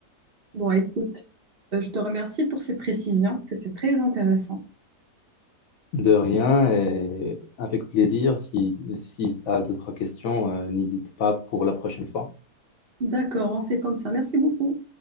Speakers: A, on the right; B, on the left.
A: Bon, écoute, euh, je te remercie pour ces précisions. C'était très intéressant.
B: De rien et avec plaisir, si, si tu as d'autres questions, euh, n'hésite pas pour la prochaine fois.
A: D'accord, on fait comme ça. Merci beaucoup.